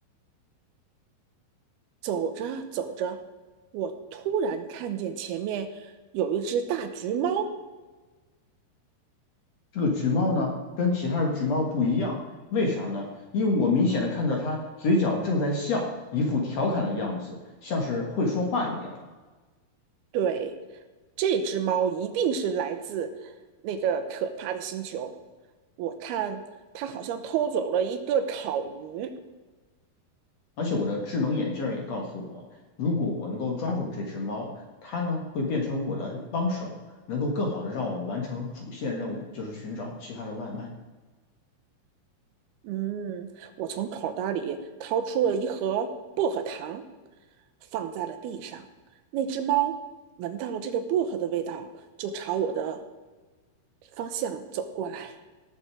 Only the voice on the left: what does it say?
这个橘猫呢，跟其他的橘猫不一样，为啥呢？因为我明显的看到它嘴角正在笑，一副调侃的样子，像是会说话一样。
而且我的智能眼镜儿也告诉我，如果我能够抓住这只猫，它呢会变成我的帮手，能够更好的让我完成主线任务，就是寻找其他的外卖。